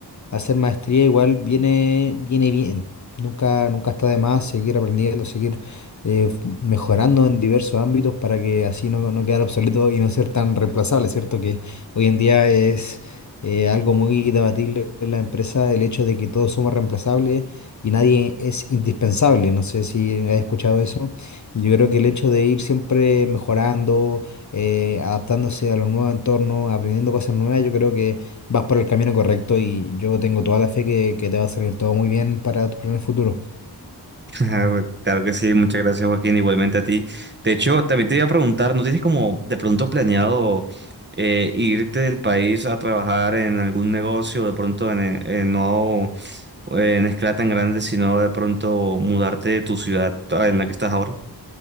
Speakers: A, on the left (about 45°); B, on the right (about 25°).
A: hacer maestría igual viene, viene bien. Nunca, nunca está de más seguir aprendiendo, seguir eh, f- mejorando en diversos ámbitos para que así no, no quedar obsoleto y no ser tan reemplazable, ¿cierto? Que hoy en día es eh, algo muy debatible en la empresa el hecho de que todos somos reemplazables y nadie es indispensable. No sé si has escuchado eso. Y yo creo que el hecho de ir siempre mejorando, eh, adaptándose a los nuevos entornos, aprendiendo cosas nuevas, yo creo que vas por el camino correcto y yo tengo toda la fe que, que te va a salir todo muy bien para tus planes futuros.
B: Ah, bu- Claro que sí, muchas gracias Joaquín, igualmente a ti. De hecho, también te iba a preguntar, ¿no tienes como de pronto planeado eh, irte del país a trabajar en algún negocio, de pronto en, eh, en no en escala tan grande, sino de pronto mudarte de tu ciudad ah, en la que estás ahora?